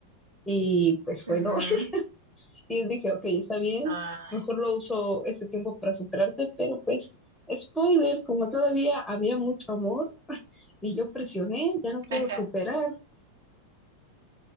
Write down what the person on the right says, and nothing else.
Ujú.
Ah,
ajá.